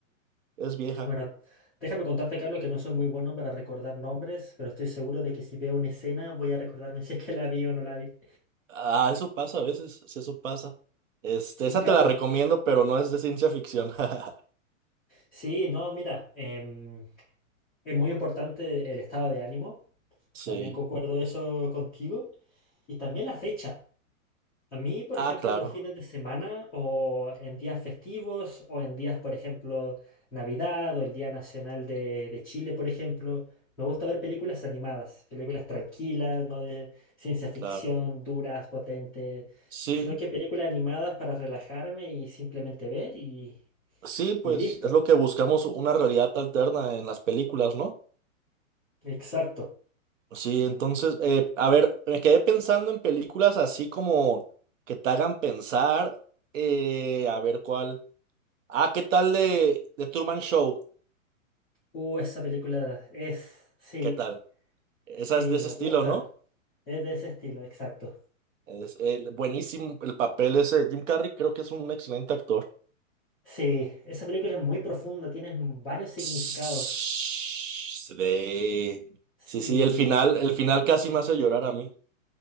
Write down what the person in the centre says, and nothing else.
Bueno, déjame contarte, Carlos, que no soy muy bueno para recordar nombres, pero estoy seguro de que si veo una escena voy a recordarme <laughs> si es que la vi o no la vi.
Sí,
Carlos.
Sí, no, mira, em, es muy importante el estado de ánimo.
También concuerdo eso contigo. Y también la fecha. A mí, por
ejemplo,
en los fines de semana o en días festivos o en días, por ejemplo, Navidad o el Día Nacional de, de Chile, por ejemplo, me gusta ver películas animadas, películas tranquilas, no de ciencia ficción,
duras, potentes,
sino que películas animadas para relajarme y simplemente ver y,
y listo.
Exacto.
Uh, esa película es, sí,
sí,
me
gusta.
Es de ese estilo, exacto.
Sí, esa película es muy profunda, tiene varios significados.
Sí,